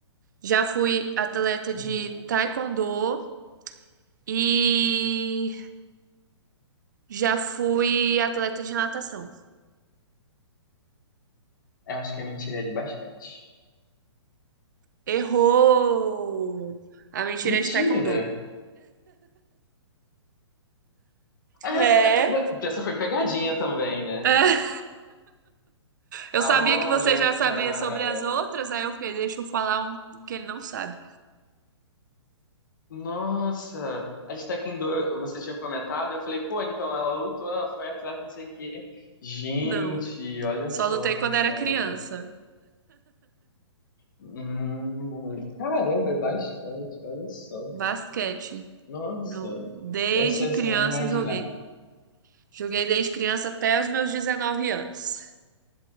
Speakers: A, on the right (about 40°); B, on the left (about 40°).
A: já fui atleta de
B: Uhum.
A: taekwondo e já fui atleta de natação.
B: Eu acho que a mentira é de basquete.
A: Errou! A mentira
B: Mentira!
A: é de taekwondo.
B: Ah,
A: É?
B: é porque essa foi pegadinha também, né?
A: É, Eu
B: Ah,
A: sabia
B: Olha,
A: que você já sabia
B: cara.
A: sobre as outras, aí eu fiquei, deixa eu falar um um que ele não sabe.
B: Nossa, a gente tá aqui em dor. Você tinha comentado, eu falei, pô, então ela lutou, ela foi atleta, não sei o quê. Gente,
A: Não,
B: olha
A: só
B: só,
A: lutei quando era
B: cara.
A: criança.
B: Hum, caramba, é basquete, olha só.
A: Basquete.
B: Nossa,
A: No- Desde
B: essa é
A: criança
B: só imaginar.
A: eu joguei. Joguei desde criança até os meus 19 anos.